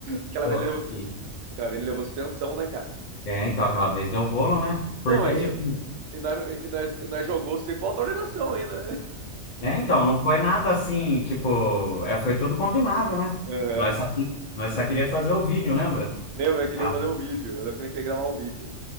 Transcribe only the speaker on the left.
Pô,
e-
É, então, aquela vez deu rolo, né? Porque,
tipo,
É, então, não foi nada assim, tipo, é, foi tudo combinado, né?
Nós só, que- nós só queria fazer o vídeo, lembra?
Ah,